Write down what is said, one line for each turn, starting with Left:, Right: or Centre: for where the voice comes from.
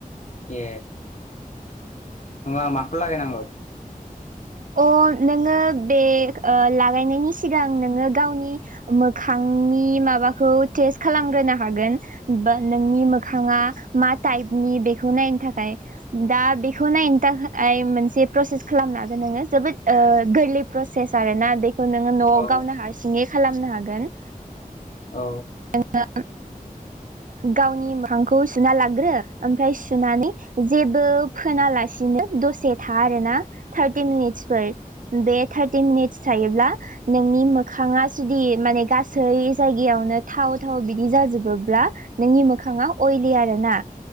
Left: ए। होनब्ला आं माखौ लागायनांगौ?
Right: अ नोङो बे ओ लागायनायनि सिगां नोङो गावनि मोखांनि माबाखौ टेस्ट खालामग्रोनो हागोन बा नोंनि मोखाङा मा टाइपनि बेखौ नायनो थाखाय। दा बेखौ नायनो थाखाय मोनसे प्रसेस खालामनो हागोन नोङो जोबोद ओ गोरलै प्रसेस आरो ना बेखौ नोङो न'आव
Left: औ
Right: गावनो हारसिङै खालामनो हागोन।
Left: औ।
Right: <unintelligible> गावनि मोखांखौ सुना लाग्रो ओमफ्राय सुनानै जेबो फोनालासिनो दसे था आरोना थार्टि मिनिट्सफोर बे थार्टि मिनिट्स थायोब्ला नोंनि मोखाङा जुदि माने गासै जायगायावनो थाव थाव बिदि जाजोबोब्ला नोंनि मोखाङा अइलि आरो ना